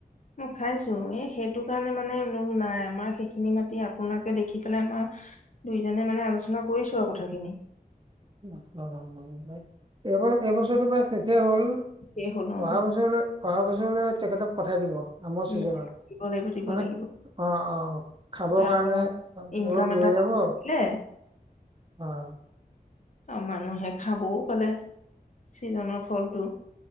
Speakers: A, on the left (about 50°); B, on the right (about 30°).
A: মই, খাইছো এই সেইটো কাৰণে মানে নাই আমাৰ সেইখিনি মাতি আপোনাকে দেখি পেলাই আমাৰ দুইজনে মানে আলোচনা কৰিছো আৰু কথাখিনি।
B: এইবাৰ এইবছৰটো প্ৰায় শেষে হ'ল।
A: এই হ'ল অ'।
B: অহা বছৰলৈ অহা বছৰলৈ তেখেতক পঠাই দিব। আমৰ চিজনত
A: উম দিব লাগিব দিব
B: মানে
A: লাগিব
B: অ', অ', খাব
A: তাৰ
B: কাৰণে
A: পৰা
B: অলপ
A: ইনকাম এটা
B: লৈ যাব। অ'।
A: পালে আৰু মানুহে খাবও পালে, চিজনৰ ফলটো।